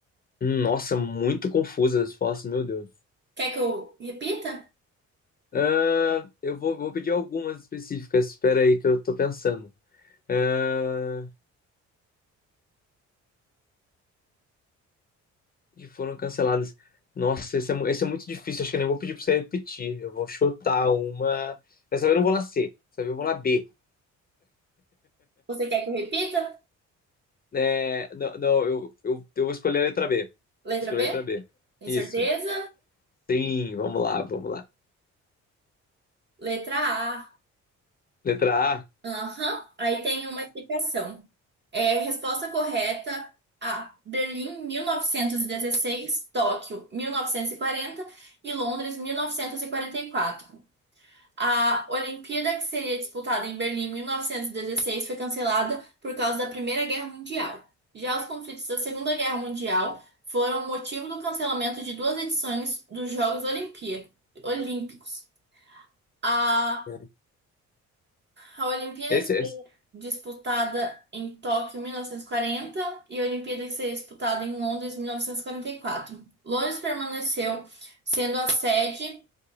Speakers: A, on the left; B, on the right.
A: Nossa, muito confusas as fotos, meu Deus.
B: Quer que eu repita?
A: Ah, eu vou, vou pedir algumas específicas. Espera aí que eu tô pensando. Ah, que foram canceladas. Nossa, esse é, mu- esse é muito difícil. Acho que eu nem vou pedir pra você repetir. Eu vou chutar uma. Dessa vez eu não vou na C. Dessa vez eu vou na B.
B: Você quer que eu repita?
A: É, não, não, eu, eu, eu vou escolher a letra B. Vou
B: Letra
A: escolher
B: B?
A: a letra B.
B: Tem
A: Isso.
B: certeza?
A: Sim, vamos lá, vamos lá.
B: Letra A.
A: Letra
B: Aham, Aí tem uma explicação. É, resposta correta A. Berlim, 1916, Tóquio, mil novecentos e quarenta e Londres, mil novecentos e e quarenta e quatro. A Olimpíada, que seria disputada em Berlim em 1916 foi cancelada por causa da Primeira Guerra Mundial. Já os conflitos da Segunda Guerra Mundial foram motivo do cancelamento de duas edições dos Jogos Olimpí- Olímpicos. A,
A: A.
B: a Olimpíada
A: Esse, esse...
B: disputada em Tóquio em mil novecentos e quarenta e a Olimpíada que seria disputada em Londres em mil novecentos e e quarenta e quatro Londres permaneceu sendo a sede,